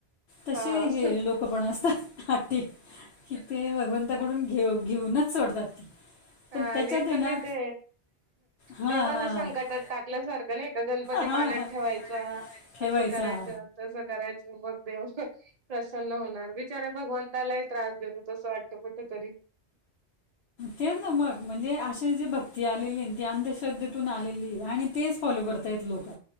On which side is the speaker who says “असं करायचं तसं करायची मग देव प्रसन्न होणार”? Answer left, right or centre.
Right